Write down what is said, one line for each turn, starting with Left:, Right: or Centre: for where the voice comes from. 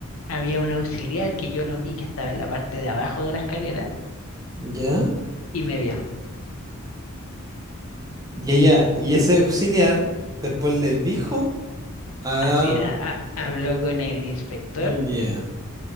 Left: había un auxiliar que yo no vi, que estaba en la parte de abajo de la escalera,
Right: ¿Ya?
Left: y me vio.
Right: Y ella, y ese auxiliar después le dijo a...
Left: Así, a- a- habló con el inspector
Right: Ya.